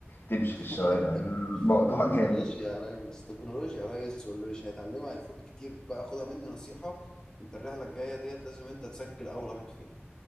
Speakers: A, on the left; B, on the left.
A: تمشي
B: <laughs>
A: في الشوارع الموضوع
B: تكنولوجيا
A: <laughs> جامد
B: يا ريس تكنولوجيا يا ريس واللي مش هيتعلمها هيفوت كتير بقى خدها مني نصيحه انت الرحله الجايه ديت لازم انت تسجل اول واحد فيها